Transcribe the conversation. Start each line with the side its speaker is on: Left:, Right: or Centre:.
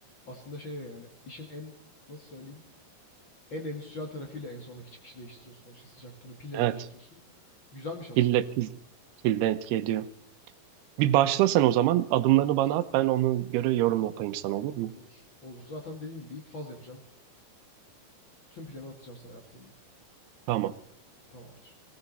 Left: aslında şey yani işin en nasıl söyleyeyim? En endüstriyel tarafıyla en sondaki çıkışı değiştiriyorsun. O işte sıcak tonu pille
Right: Evet,
Left: değiştiriyorsun. Güzelmiş aslında.
Right: pille pil, pilde etki ediyor. Bir başla sen o zaman. Adımlarını bana at. Ben ona göre yorum yapayım sana olur
Left: Olur
Right: mu?
Left: olur. Olur. Zaten dediğim gibi ilk faz yapacağım. Tüm planı atacağım sana yaptığımda.
Right: Tamam.
Left: Tamamdır.